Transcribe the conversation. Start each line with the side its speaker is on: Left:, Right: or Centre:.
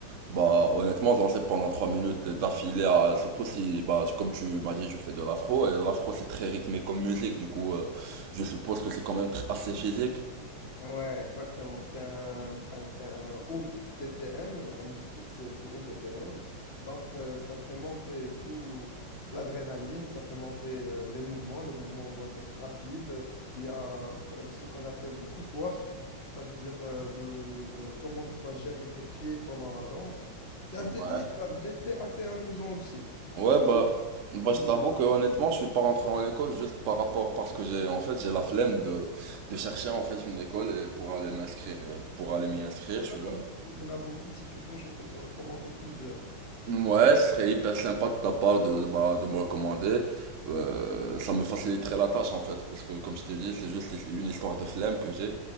Right: Bah honnêtement, danser pendant 3 minutes d'affilée, à- surtout si, bah tu- comme tu m'as dit, je fais de l'afro, et l'afro c'est très rythmé comme musique, du coup euh, je suppose que c'est quand même tr- assez physique.
Left: Ouais, exactement. C'est un, un- c'est un haut BPM. La musique, c'est du haut BPM. Donc, euh, ça fait monter tout l'adrénaline, ça fait monter euh, les mouvements. Les mouvements doivent être rapides. Il y a euh, ce qu'on appelle du footwork. Ça veut dire euh, de, euh, comment tu vas gérer tes pieds pendant la danse. C'est assez
Right: Ouais.
Left: délicat, mais c'est assez amusant aussi. Si
Right: Ouais,
Left: tu
Right: bah,
Left: apprends,
Right: bah
Left: c'est amusant.
Right: je t'avoue que honnêtement, je suis pas rentré en école juste par rapport, parce que j'ai en fait j'ai la flemme de, de chercher en fait une école et pour aller m'inscrire, euh, pour aller m'y inscrire,
Left: Il
Right: tu
Left: y en a
Right: vois.
Left: beaucoup, il y en a beaucoup. Si tu veux, je peux te recommander plusieurs.
Right: Ouais, ce serait hyper sympa de ta part de, de, bah, de me recommander. Euh, ça me faciliterait la tâche en fait, parce que comme je t'ai dit, c'est juste une histoire de flemme que j'ai.